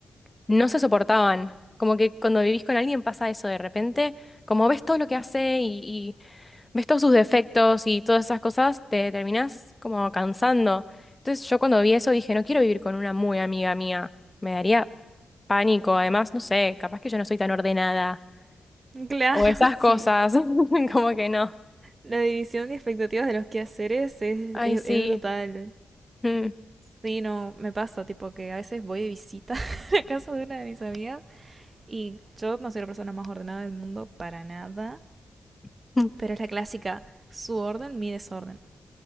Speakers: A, on the left; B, on the right.
A: no se soportaban. Como que cuando vivís con alguien pasa eso de repente, como ves todo lo que hace y ves todos sus defectos y todas esas cosas, te terminás como cansando. Entonces yo cuando vi eso dije, no quiero vivir con una muy amiga mía, me daría pánico, además, no sé, capaz que yo no soy tan ordenada
B: Claro,
A: o esas cosas,
B: sí.
A: <laughs> como que no.
B: La división de expectativas de los quehaceres es,
A: Ay,
B: es,
A: sí,
B: es brutal.
A: mm,
B: Sí, no, me pasa, tipo que a veces voy de visita <laughs> a la casa de una de mis amigas y yo no soy la persona más ordenada del mundo para nada,
A: <laughs> mm,
B: pero es la clásica, su orden, mi desorden.